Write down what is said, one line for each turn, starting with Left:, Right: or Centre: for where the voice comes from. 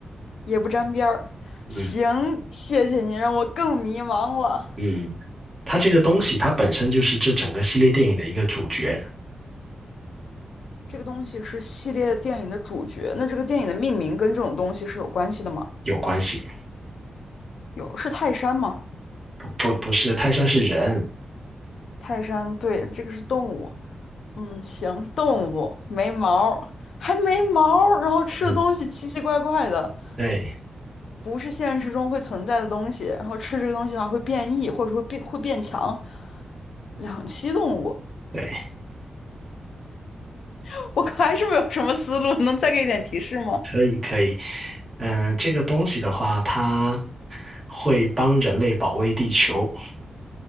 Left: 也不沾边儿。
Right: 嗯
Left: 行，谢谢你让我更迷茫了。
Right: 嗯，它这个东西它本身就是这整个系列电影的一个主角，
Left: 这个东西是系列电影的主角，那这个电影的命名跟这种东西是有关系的吗？
Right: 有关系。
Left: 有，是泰山吗？
Right: 不不是泰山是人。
Left: 泰山，对，这个是动物。嗯，行，动物没毛儿，还没毛儿，然后吃的东西奇奇怪怪的，
Right: 嗯，对
Left: 不是现实中会存在的东西，然后吃这个东西的话会变异，或者说会变会变强。两栖动物，
Right: 对，
Left: <laughs> 我还是没有什么思路，能再给一点提示吗？
Right: 可以可以。嗯、这个东西的话，它会帮人类保卫地球。